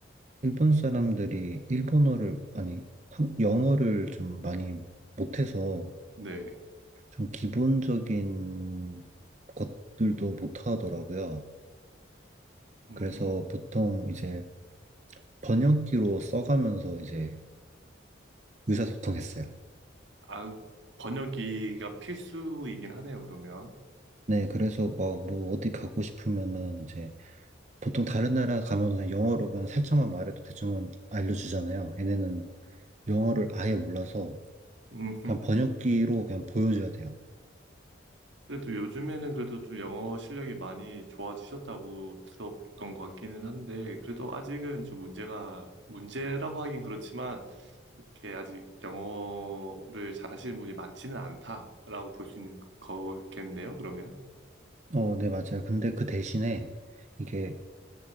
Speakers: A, on the right; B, on the right.
A: 일본 사람들이 일본어를, 아니, 한- 영어를 좀 많이 못해서
B: 네.
A: 좀 기본적인 것들도 못하더라고요.
B: 음,
A: 그래서 보통 이제 번역기로 써가면서 이제 의사소통했어요.
B: 아, 번역기가 필수이긴 하네요, 그러면.
A: 네, 그래서 막 뭐 어디 가고 싶으면은 이제 보통 다른 나라 가면은 그냥 영어로 그냥 살짝만 말해도 대충은 알려주잖아요. 얘네는 영어를 아예 몰라서
B: 음,
A: 그냥 번역기로 그냥 보여줘야 돼요.
B: 그래도 요즘에는 그래도 좀 영어 실력이 많이 좋아지셨다고 들었던 것 같기는 한데, 그래도 아직은 좀 문제가, 문제라고 하긴 그렇지만, 그렇게 아직 영어를 잘하시는 분이 많지는 않다라고 볼 수 있는 거겠네요, 그러면.
A: 어, 네, 맞아요. 근데 그 대신에 이게